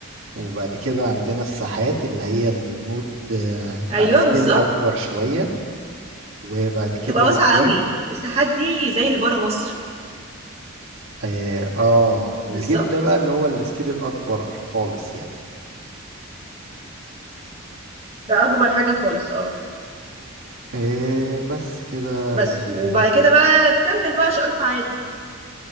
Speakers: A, on the right (about 70°); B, on the right (about 30°).
A: وبعد كده عندنا الساحات اللي هي النود آه،
B: ايوه
A: على سكيل
B: بالظبط
A: أكبر شوية وبعد كده
B: بتبقى واسعة
A: الجيب
B: قوي الساحات دي زي اللي بره مصر
A: آه, آه
B: بالظبط
A: والجيب ده بقى اللي هو السكيل الأكبر خالص يعني
B: ده اكبر حاجة خالص اه
A: آه بس كده
B: بس
A: و...
B: وبعد كده بقى تكمل بقى شرح عادي